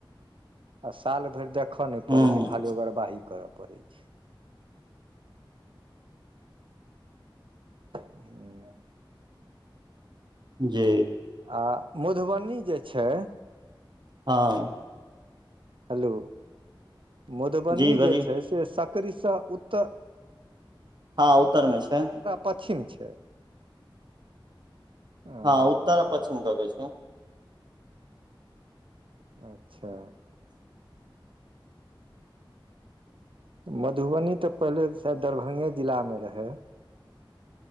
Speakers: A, on the right (about 75°); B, on the right (about 55°).
A: आ साल भरि देखऽ नइ
B: हूँ
A: पड़ै छै खाली ओगरवाही करऽ पड़ै छै छै
B: जी
A: आ मधुबनी जे छै
B: हँ
A: हेलो मधुबनी
B: जी बजियौ
A: जे छै से सकरी सँ उत्तर
B: हँ उत्तर मे छै
A: पछिम छै ओ
B: हँ उत्तर आ पछमे गबै छै
A: अच्छा मधुबनी तऽ पहिले शायद दरभंगे जिला मे रहै